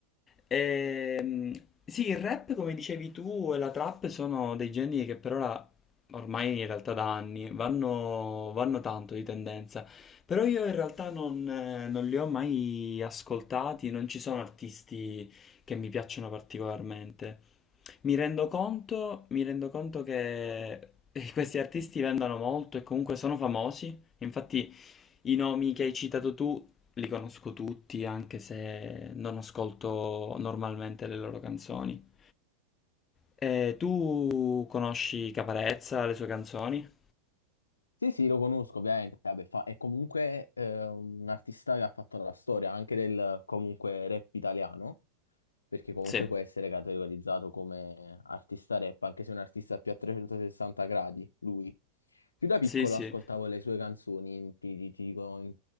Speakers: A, on the left; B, on the left.
A: Ehm, sì, il rap, come dicevi tu, e la trap sono dei generi che per ora, ormai in realtà da anni, vanno, vanno tanto di tendenza. Però io in realtà non, eh, non li ho mai ascoltati, non ci sono artisti che mi piacciono particolarmente. Mi rendo conto, mi rendo conto che eh, questi artisti vendono molto e comunque sono famosi. Infatti, i nomi che hai citato tu li conosco tutti, anche se non ascolto normalmente le loro canzoni. Eh, tu conosci Caparezza, le sue canzoni?
B: Sì, sì, lo conosco ovviamente, vabbè, fa- è comunque eh, un artista che ha fatto la storia anche del comunque rap italiano, perché comunque
A: Sì,
B: può essere categorizzato come artista rap, anche se è un artista più a 360 gradi, lui. Più da piccolo
A: sì, sì,
B: ascoltavo le sue canzoni, in- ti, ti- ti dico, in-